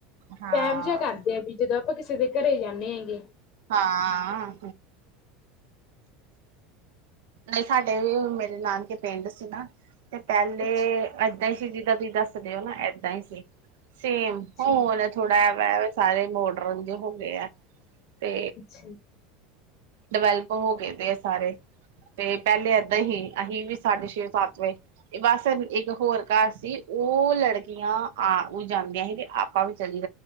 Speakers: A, on the right (about 85°); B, on the left (about 40°).
A: ਹਾਂ
B: ਵੈਮ ਜਿਹਾ ਕਰਦੇ ਆ ਵੀ ਜਦੋਂ ਆਪਾਂ ਕਿਸੇ ਦੇ ਘਰੇ ਜਾਂਦੇ ਹੈਗੇ।
A: ਹਾਂ ਨਹੀਂ ਸਾਡੇ ਵੀ, ਮੇਰੇ ਨਾਨਕੇ ਪਿੰਡ ਸੀ ਨਾ ਤੇ ਪਹਿਲੇ
B: ਅੱਛਾ,
A: ਏਦਾਂ ਹੀ ਸੀ, ਜਿੱਦਾਂ ਤੁਸੀਂ ਦੱਸਦੇ ਹੋ ਨਾ ਏਦਾਂ ਹੀ ਸੀ ਸੇਮ
B: ਅੱਛਾ,
A: ਹੁਣ ਥੋੜਾ ਐ ਵੈ, ਸਾਰੇ ਮੋਡਰਨ ਜੇ ਹੋ ਗਏ ਐ ਤੇ
B: ਅੱਛਾ,
A: ਡਿਵੈਲਪ ਹੋ ਗਏ ਦੇ ਆ ਸਾਰੇ, ਤੇ ਪਹਲੇ ਏਦਾਂ ਹੀ ਅਸੀਂ, ਵੀ ਸਾਢੇ ਥੇ ਸਾਥ ਮੇ ਬਸ ਇੱਕ ਹੋਰ ਘਰ ਸੀ ਉਹ ਲੜਕੀਆਂ ਆ ਉ ਜਾਂਦੀਆਂ ਸੀ ਤੇ ਆਪਾਂ ਵੀ ਚਲੀ